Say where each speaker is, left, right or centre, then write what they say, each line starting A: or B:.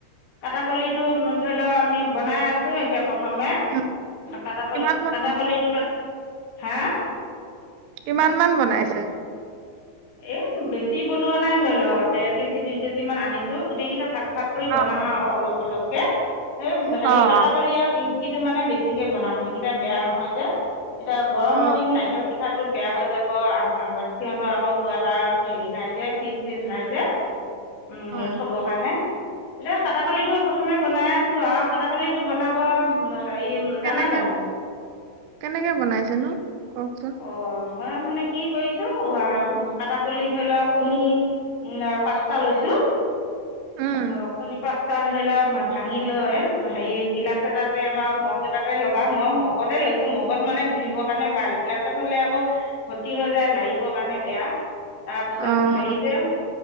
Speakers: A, on the left (about 80°); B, on the right (about 85°).
A: কাটাকলি টো ধৰি লও আমি বনাই আছো এতিয়া প্ৰথমে
B: উম,
A: কাটাকলি
B: কিমান মান
A: কাটাকলিতো মান হা
B: কিমান মান বনাইছে
A: এ বেছি বনোৱা নাই ধৰি ল, দেৰ কেজি দুই কেজি মান আনিছো গোটেই কেইটা ভাগ ভাগ কৰি বনাম
B: অ',
A: আৰু অলপ অলপকে সেই হেৰি
B: অ',
A: কাটা কলি আৰু নিমকিটো মানে বেছিকে বনাম সেইকেইটা বেয়া নহয় যে এতিয়া গৰমৰ
B: অ',
A: দিন নাৰিকল পিঠা বেয়া হৈ যাব আ আৰতি হঁতৰ আকৌ কোৱাৰ্টাৰত হেৰি নাই যে ফিজ চিজ নাই যে। উম
B: অ',
A: থব কাৰণে। এতিয়া কাটাকলিটো প্ৰথমে বনাই আছো আৰু কাটাকলিটো বনাব হেৰি
B: কেনেকে
A: জানা জানো
B: কেনেকে বনাইছে নো কওক।
A: অ মই মানে কি কৰিছো অ আ কাটাকলি ধৰি লওক কণী পাঁচটা লৈছো।
B: উম,
A: অ কনী পাঁচটা ধৰি ল মা ভাঙি লৈ হেৰি গিলাচ এটাতে বা মগ এটাতে ল'বা মই মগতে লৈছো মগত মানে গুলিবৰ কাৰণে ভাল গিলা ছত হলে আক খতি হৈ যায় লাৰিব কাৰণে বেয়া তাৰপিছত
B: অ',
A: হেৰি যে